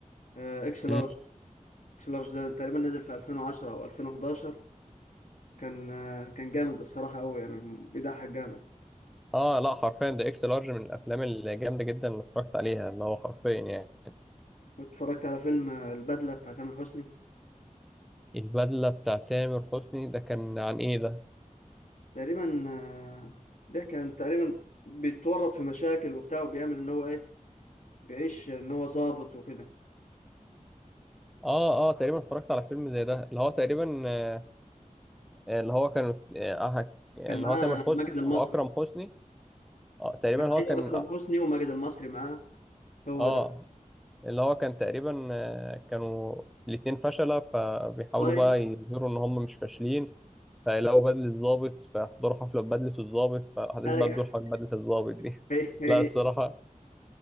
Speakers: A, on the left; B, in the centre.
A: آه، اكس لارج
B: مم.
A: كلاش ده تقريبا نزل في 2010 او 2011 كان آه، كان جامد الصراحه قوي يعني بيضحك جامد
B: اه لا حرفيا ده اكس لارج من الافلام الجامده جدا اللي اتفرجت عليها اللي هو حرفيا يعني
A: واتفرجت على فيلم آه، البدله بتاع تامر حسني
B: البدله بتاع تامر حسني ده كان عن ايه ده
A: تقريبا آه، بيحكي عن تقريبا بيتورط في مشاكل وبتاع وبيعمل ان هو ايه بيعيش ان هو ظابط وكده
B: اه اه تقريبا اتفرجت على فيلم زي ده اللي هو تقريبا آه، اللي هو كان آه، آه، اللي
A: كان معاه
B: هو تامر
A: ماجد
B: حسني
A: المصري
B: واكرم حسني اه تقريبا
A: كان
B: هو
A: ايوه
B: كان
A: اكرم
B: اه
A: حسني وماجد المصري معاه هو
B: آه،
A: ده
B: اللي هو كان تقريبا آه، كانوا الاتنين فشلة فبيحاولوا
A: ايوه
B: بقى يظهروا ان هم مش فاشلين فيلاقوا بدلة الضابط فيحضروا حفلة ببدلة الضابط فالاحداث
A: ايوه
B: بقى تدور حول بدلة الضابط
A: <laughs>
B: دي
A: هي
B: <laughs>
A: هي
B: لا الصراحة